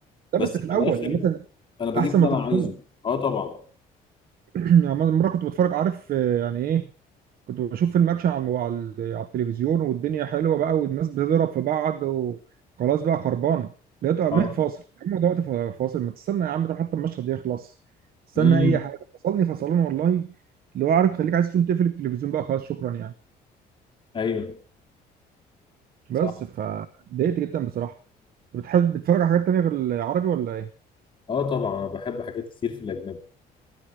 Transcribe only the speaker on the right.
لا بس في
الاول
يعني مثلا
احسن
ما تفصلها
<clears throat> يعني مره كنت بتفرج عارف آه، يعني ايه كنت بشوف الماتش على الم- على ال- على التلفزيون والدنيا حلوه بقى والناس بتضرب في بعض وخلاص بقى خربانه لقيته قام
فاصل يا عم ده وقت فا- فاصل ما تستنى يا عم ده حتى المشهد يخلص استنى
اي حاجه فصلني فصلنا والله اللي هو عارف خليك عايز تقوم تقفل التلفزيون بقى خلاص شكرا يعني
بس فضايقت جدا بصراحه انت بتحب بتتفرج على حاجات تانية غير العربي ولا ايه؟